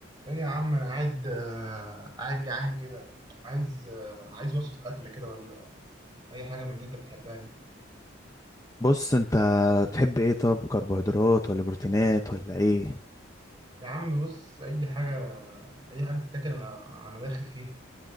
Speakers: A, on the right; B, on the left.
A: ايه يا عم انا قاعد آه، قاعد جعان كده عايز آه، عايز وصفة اكلة كده ولا اي حاجة من اللي انت بتحبها دي
B: بص انت بتحب ايه طب كربوهيدرات ولا بروتينات ولا ايه
A: يا عم بص اي حاجة اي حاجة تتاكل انا انا داخل فيها